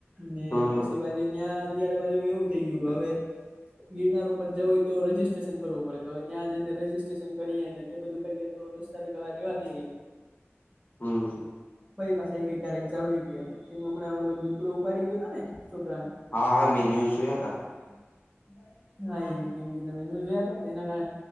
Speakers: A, on the right; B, on the left.
A: ને
B: હમ
A: પછી બાજુ ત્યારે બાજુ એવું થઈ ગયું હવે ગિરનાર ઉપર જવુંય તો રજીસ્ટ્રેશન કરવું પડે હવે ત્યાં જઈને રજીસ્ટ્રેશન કરીએ ને તે બધું કરી તો દોસ્તારો કેવા રેવા દેઇ.
B: હમ્મ.
A: ફરી પાછા એ કે ક્યારેક જઉું એ કે એ હમણાં ઓલો દીપડો ઉપાડી ગયો હતો ને છોકરાને
B: હા મેં
A: હા
B: ન્યૂઝ
A: હા
B: જોયા
A: બીજું
B: તા
A: હા એ કેમ કે તમે નું જોયા ત તેના કારણે